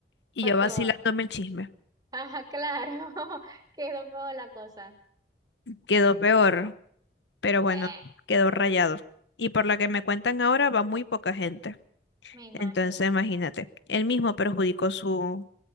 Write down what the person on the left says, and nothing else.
y
yo
vacilándome el chisme.
Quedó peor, pero bueno,
quedó rayado. Y por lo que me cuentan ahora va muy poca gente.
Entonces, imagínate, él mismo perjudicó su,